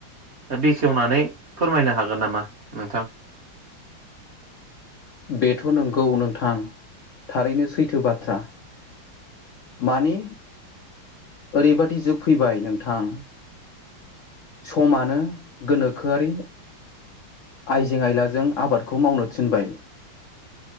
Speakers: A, on the right; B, on the left.
A: बेखेवनानै फोरमायनो हागोन नामा नोंथां?
B: बेथ' नोंगौ नोंथां थारैनो सैथो बाथ्रा मानि ओरैबादि जुग फैबाय नोंथां समानो गोनोखोआरि आइजें आइलाजों आबादखौ मावनो थिनबाय